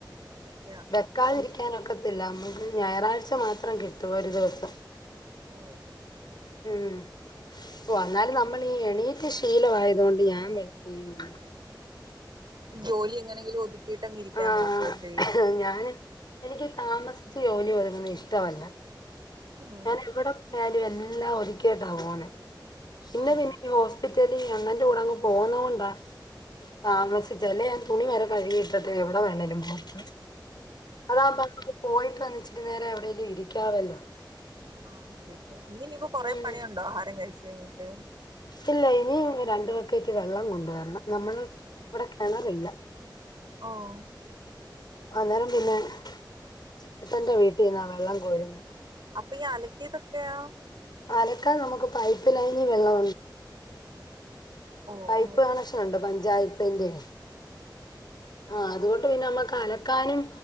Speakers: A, on the right; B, on the left.
A: ശരിയാ
B: വെക്കാതിരിക്കാനൊക്കത്തില്ല
A: ഒരു
B: - ഞായറാഴ്ച മാത്രം കിട്ടും ഒരു ദിവസം
A: ഓ
B: ഉം- ഓ അന്നാലും അമ്മളീ എണീറ്റ് ശീലവായതുകൊണ്ട് ഞാൻ വെളുപിനങ്ങ്
A: ജോലി എങ്ങനെയെങ്കിലും ഒതുക്കീട്ടങ്ങ് ഇരിക്കാൻ
B: ആഹ്
A: നോക്കുവല്ലേ-
B: ഞാന് എനിക്ക് താമസിച്ച് ജോലി ഒതുങ്ങുന്ന ഇഷ്ടവല്ല
A: ഉം
B: ഞാനെവിടെ പോയാലും എൽ ല്ലാ ഒതുക്കിയിട്ടാ പോന്നെ ഇന്ന്
A: ഉം
B: പിന്നി നി ഹോസ്പി റ്റലീ ഞാണ്ണന്റെ കൂടങ്ങ് പോന്നോണ്ടാ താമസിച്ചേ ല്ലേ ഞാൻ തുണി വരെ കഴുകി- ഇട്ടിട്ടെഎവടെ വേണേലും പോക്ക് അതാ
A: ഓ
B: ആവുമ്പം പോയിട്ട് വന്ന് ചെ ഇത്തിരി നേരം എവടെലും ഇരിക്കാവല്ലോ?
A: ആഹ് ശെരിയാ ഇന്ന് ഇനിയിപ്പോ കൊറെ
B: ഉം
A: പണിയേണ്ടോ ആഹാരം കഴിച്ച് കഴിഞ്ഞിട്ട്?
B: ഇല്ല ഇനിയും രണ്ട് ബക്കാറ്റ് വെള്ളം കൊണ്ട് വെരണം നമ്മള് ഇവടെ കെണെറില്ലാ-
A: ഓഹ് -
B: അന്നേരം പിന്നെ ചേട്ടന്റെ വീട്ടിന്നാ വെള്ളം കോര്ന്നേ-
A: അപ്പൊ ഈ അലക്കിയതൊക്കെയാ
B: അലക്കാൻ നമ്ക്ക് പൈപ്പ് ലൈനി വെള്ളോ
A: ഓ
B: പൈപ്പ്
A: ഓ
B: കണക്ഷൻ ഒണ്ട് പഞ്ചായത്തിന്റെ- ആഹ് അത് കൊണ്ട് പിന്നെ നമ്മ അലക്കാനും